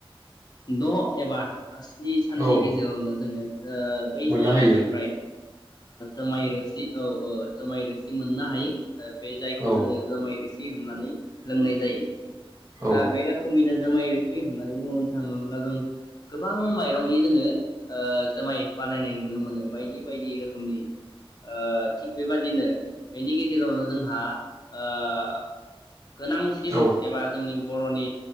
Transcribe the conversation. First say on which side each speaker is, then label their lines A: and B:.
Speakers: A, on the left (about 45°); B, on the right (about 35°).
A: द' एबा स्नि साननि
B: औ
A: गेजेरावनो जोङो ओ बै
B: मोननो
A: जुमायनिफ्राय
B: हायो
A: ओ माइरोसि औ औ जुमायरोस मोननो हायो ओ बे जायखौ
B: औ
A: जोङो जुमाय रोसि थि होननानै लोंनाय जायो ।
B: औ
A: ना बे रोखोमैनो जोमै रो सि होननानै बुंनो थाङोब्ला जों गोबां माइरंनि जोङो ओ जुमाय बानायनाय नुनो मोनो बायदि बायदि रोखोमनि ओ थिग बेबादिनो बेनि गेजेरावनो जोंहा ओ गोनांसिन
B: औ
A: एबा जोंनि बर'नि